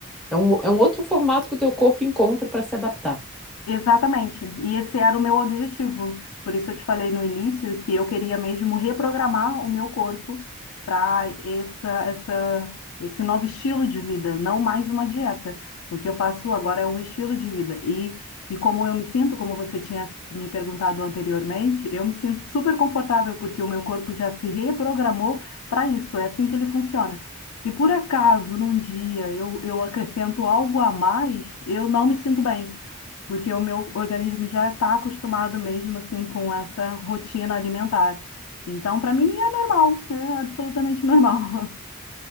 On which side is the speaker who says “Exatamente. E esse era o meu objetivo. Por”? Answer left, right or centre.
Left